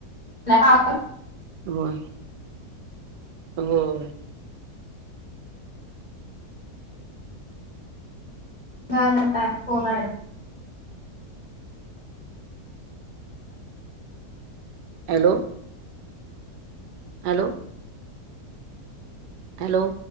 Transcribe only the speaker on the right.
होय. होय.
हॅलो हॅलो हॅलो